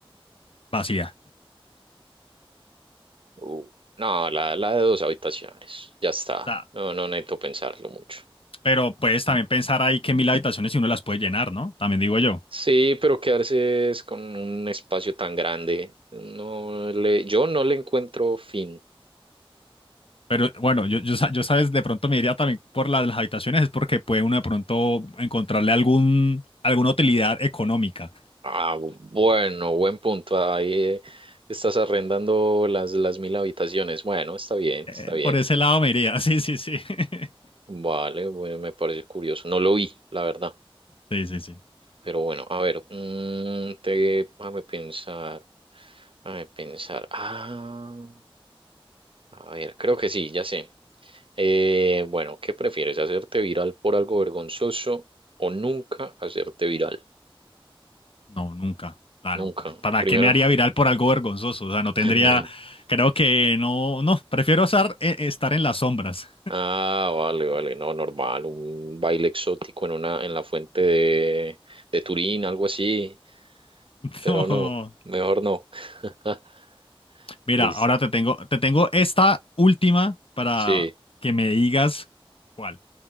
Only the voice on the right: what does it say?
Uh, no, la, la de dos habitaciones, ya está.
No, no necesito pensarlo mucho.
Sí, pero quedarse es con un espacio tan grande, no le, yo no le encuentro fin.
Ah, bueno, buen punto. Ahí eh, estás arrendando las, las mil habitaciones. Bueno, está bien,
está bien.
Vale, bueno, me parece curioso. No lo vi, la verdad.
Pero bueno, a ver, mm, te, déjame pensar. Déjame pensar. Ah. A ver, creo que sí, ya sé. Eh, bueno, ¿qué prefieres? ¿Hacerte viral por algo vergonzoso o nunca hacerte viral?
Nunca.
Primero.
<laughs>
Ah, vale, vale, no, normal, un baile exótico en una, en la fuente de, de Turín, algo así,
pero
no, mejor no. <laughs>
Listo.
Sí,